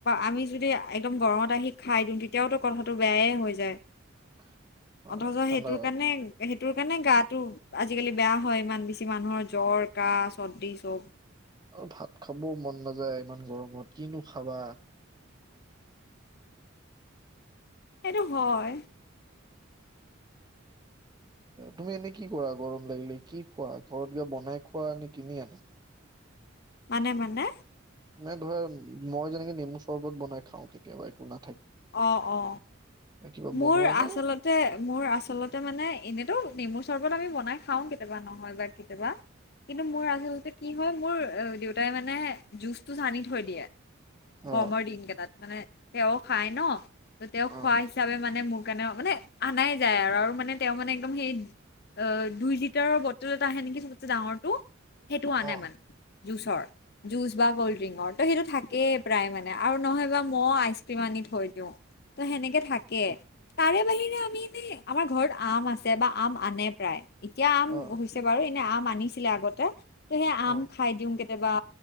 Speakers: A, on the left (about 50°); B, on the right (about 20°).
A: আমি যদি একদম গৰমত আহি খাই দিওঁ তেতিয়াওতো কথাটো বেয়াই হৈ যায়
B: <unintelligible>
A: অথচ
B: ঠাণ্ডা
A: সেইটোৰ কাৰণে, সেতোৰ কাৰণে গাটো আজিকালি বেয়া হয় ইমান বেছি মানুহৰ জ্বৰ কাহ চৰ্দি চব
B: আৰু ভাত খাবও মন নাযায় ইমান গৰমত কিনো খাবা
A: সেইটো হয়।
B: তুমি এনেই কি কৰা গৰম লাগিলে, কি খোৱা ঘৰত গ বনাই খোৱা নে কিনি আন?
A: মানে মানে।
B: মানে ধৰা মই যেনেকে নেমু চৰ্বত বনাই খাও কেতিয়াবা একো ন
A: অ অ
B: কিবা বনোৱা
A: মোৰ
B: নে?
A: আচলতে মোৰ আচলতে মানে এনেতো নেমুচ। চৰ্বত আমি বনাই খাওঁ কেতিয়াবা নহয় বা কেতিয়াবা। কিন্তু মোৰ আজিলৈকে কি হয় মোৰ দেউতাই মানে জুচটো চানি থৈ দিয়ে গৰমৰ
B: অ',
A: দিন কেইটাত মানে তেওঁ খাই ন ত তেওঁ খোৱা
B: অ'।
A: হিচাপে মানে মোক। কাৰণে মানে আনাই যায় আৰু আৰু মানে তেওঁ মানে একদম সেই অ দুই লিটাৰৰ বটল এটা আহে নেকি চবতে ডাঙৰটো সেইটো
B: অ',
A: আ নাই মানে। জুচৰ জুচ বা কল্ড ড্ৰিংকৰ ত' সেইটো থাকেই প্ৰায় মানে আৰু নহয়বা মই আইচ আনি থৈ দিওঁ ত সেনেকে থাকে। তাৰে বাহিৰে আমি ন আমাৰ ঘৰত আম আছে বা আম আনে প্ৰায়। এতিয়া আম
B: অ',
A: হৈছে বাৰু এনে আম আনিছিলে আগতে ত সেই আম
B: অ'।
A: খাই দিওঁ কে কেতিয়াবা